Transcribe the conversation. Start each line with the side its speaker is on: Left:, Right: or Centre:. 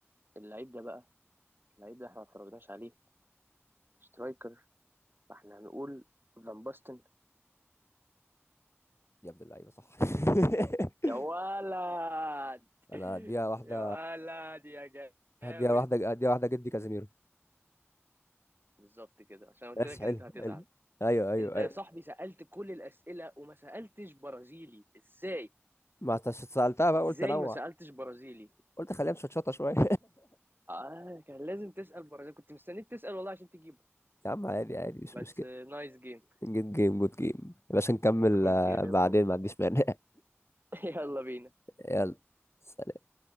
Right: اللعيب ده بقى اللعيب ده احنا ما اتفرجناش عليه سترايكر فاحنا هنقول فان باستن
Left: يا ابن اللعيبه صح <laughs>
Right: يا ولد
Left: انا هديها واحده
Right: يا ولد يا جامد
Left: هديها واحده هديها واحده جدي كازيميرو
Right: بالظبط كده عشان قلت
Left: بس
Right: لك
Left: حلو
Right: ان انت هتزعل
Left: حلو ايوه ايوه
Right: انت
Left: ايوه
Right: يا صاحبي سألت كل الأسئلة وما سألتش برازيلي ازاي
Left: ما أنت سالتها بقى
Right: ازاي
Left: قلت انوع
Right: ما سألتش برازيلي
Left: قلت خليها مشطشطه شويه
Right: اه كان لازم تسأل برازيلي كنت مستنيك تسأل والله عشان تجيبه
Left: <laughs> يا عم عادي عادي مش
Right: بس
Left: مشكله
Right: نايس جيم
Left: جود جيم جود جيم يا باشا نكمل
Right: جود
Left: آه،
Right: جيم يا
Left: بعدين
Right: برو
Left: ما عنديش مانع
Right: <laughs> يلا بينا
Left: <laughs> يلا سلام.